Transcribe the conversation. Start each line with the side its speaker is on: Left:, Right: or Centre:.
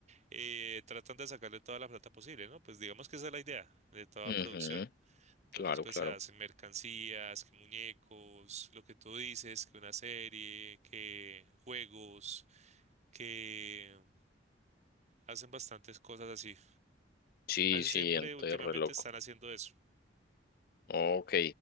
Right: eh, tratan de sacarle toda la plata posible, ¿no? Pues digamos que esa es la idea de toda
Left: ujú,
Right: producción. Entonces,
Left: claro,
Right: pues
Left: claro.
Right: se hacen mercancías, que muñecos, lo que tú dices, que una serie, que juegos, que mm, hacen bastantes cosas así.
Left: Sí,
Right: Casi
Left: sí,
Right: siempre
Left: entonces
Right: últimamente
Left: reloj.
Right: están haciendo eso.
Left: Ok,